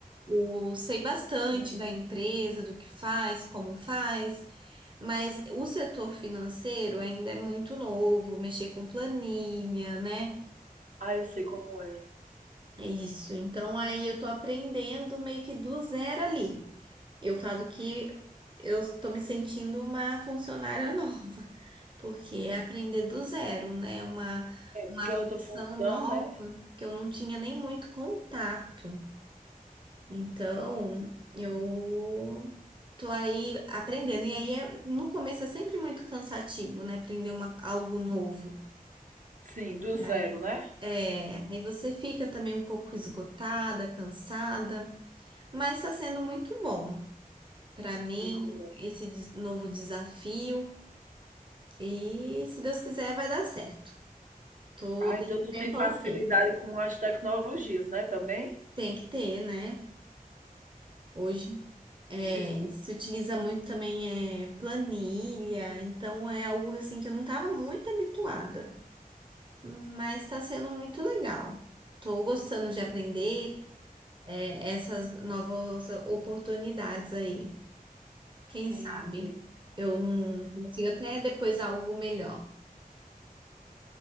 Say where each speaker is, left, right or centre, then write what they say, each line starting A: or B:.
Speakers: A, on the right (about 30°); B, on the right (about 55°).
A: Eu sei bastante
B: sim.
A: da empresa, do que faz, como faz, mas o setor financeiro ainda é muito novo, mexer com planilha, né?
B: Ah, eu sei como é.
A: Isso, então aí eu tô aprendendo meio que do zero ali. Eu falo que eu tô me sentindo uma funcionária <laughs> nova, porque é aprender do zero, né? Uma, uma
B: Porque
A: função
B: é outra função,
A: nova
B: né?
A: que eu não tinha nem muito contato. Então, eu tô aí aprendendo. E aí, é- no começo é sempre muito cansativo, né? Aprender uma- algo novo.
B: Sim, do zero,
A: Aí,
B: né?
A: é, aí você fica também um pouco esgotada, cansada. Mas está sendo muito bom para mim
B: Sei como é.
A: esse des- novo desafio. E se Deus quiser, vai dar certo. Tô
B: Ah,
A: dando
B: então tu
A: tempo
B: tem facilidade
A: ao tempo.
B: com as tecnologias, né, também?
A: Tem que ter, né? Hoje é,
B: Desculpa.
A: se utiliza muito também é planilha, então é algo assim que eu não estava muito habituada, mas está sendo muito legal. Estou gostando de aprender é, essas novas oportunidades aí. Quem
B: Sim,
A: sabe
B: sei.
A: eu não consigo até depois algo melhor.